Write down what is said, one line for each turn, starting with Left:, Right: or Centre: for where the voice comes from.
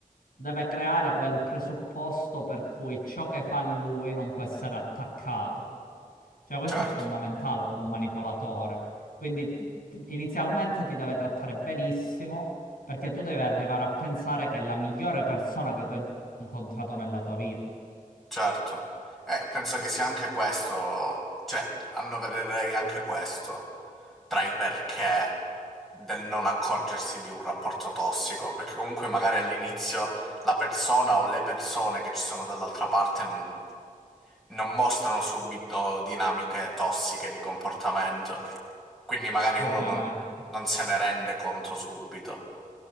Left: deve creare quel presupposto per cui ciò che fa lui non può essere attaccato. Cioè, questo
Centre: certo,
Left: è fondamentale per un manipolatore. Quindi ti- ti- inizialmente ti deve trattare benissimo, perché tu devi arrivare a pensare che è la migliore persona che tu hai incontrato nella tua vita.
Centre: certo. E penso che sia anche questo, cioè annovererei anche questo tra i perché del non accorgersi di un rapporto tossico, perché comunque magari all'inizio la persona o le persone che ci sono dall'altra parte non non mostrano subito dinamiche tossiche di comportamento, quindi magari
Left: Ovviamente,
Centre: uno non, non se ne rende conto subito.